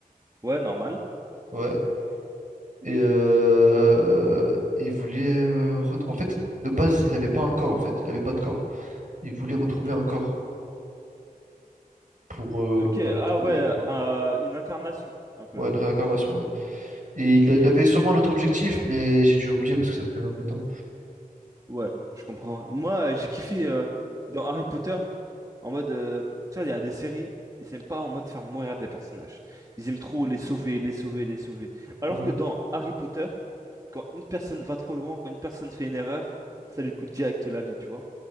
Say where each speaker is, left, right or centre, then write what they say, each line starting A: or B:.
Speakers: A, on the right (about 25°); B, on the right (about 60°).
A: Ouais, normal.
B: ouais. Et euh, il voulait, euh, ret- en fait, de base, il avait pas un corps, en fait, il avait pas de corps. Il voulait retrouver
A: Hmm.
B: un corps pour euh,
A: Ok,
B: bah,
A: ah
B: revivre,
A: ouais,
B: tu vois.
A: euh, une incarnation, un peu.
B: Ouais, une réincarnation, ouais. Et il,
A: Ok.
B: a- il avait sûrement un autre objectif, mais j'ai dû oublier parce que ça fait quand même un bout de temps.
A: Ouais, je comprends. Moi, euh, j'ai kiffé euh, dans Harry Potter, en mode, euh, tu vois, il y a des séries, ils aiment pas en mode faire mourir des personnages. Ils aiment trop les sauver, les sauver, les sauver. Alors
B: Ouais.
A: que dans Harry Potter, quand une personne va trop loin, quand une personne fait une erreur, ça lui coûte direct la vie, tu vois.